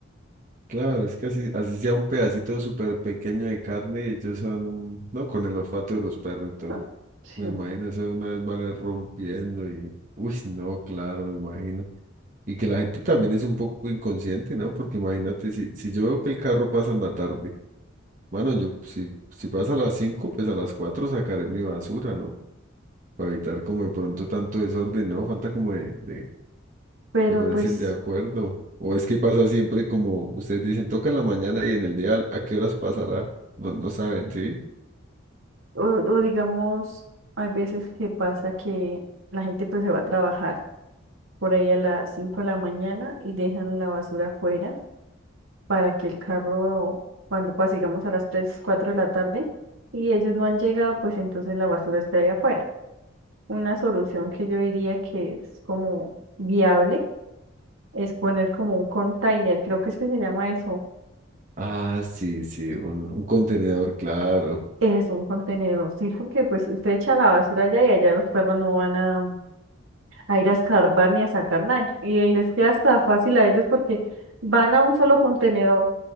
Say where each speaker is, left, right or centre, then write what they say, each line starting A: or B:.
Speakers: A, on the right; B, on the right.
A: claro, es que así, así sea un pedacito súper pequeño de carne, ellos son, no, con el olfato de los perros y todo.
B: Ah, Sí.
A: Me imagino eso de una vez van a ir rompiendo y, uy, no, claro, me imagino. Y que la gente también es un poco inconsciente, ¿no? Porque imagínate, si, si yo veo que el carro pasa en la tarde, bueno, yo si, si pasa a las 5, pues a las 4 sacaré mi basura, ¿no? Para evitar como de pronto tanto desorden, ¿no? Falta como de, de,
B: Pero
A: de ponerse
B: pues,
A: en de acuerdo. O es que pasa siempre como ustedes dicen, toca en la mañana y en el día, ¿a qué horas pasará? No, no saben, ¿sí?
B: o, o digamos, hay veces que pasa que la gente pues se va a trabajar por ahí a las 5 de la mañana y dejan la basura afuera para que el carro, cuando pase, digamos, a las 3 4 de la tarde y ellos no han llegado, pues entonces la basura está ahí afuera. Una solución que yo diría que es como viable es poner como un container, creo que es que se llama eso.
A: Ah, sí, sí, un, un contenedor, claro.
B: Es un contenedor, sí, porque pues usted echa la basura allá y allá los perros no van a, a ir a escarbar ni a sacar nada. Y ahí les queda hasta fácil a ellos porque van a un solo contenedor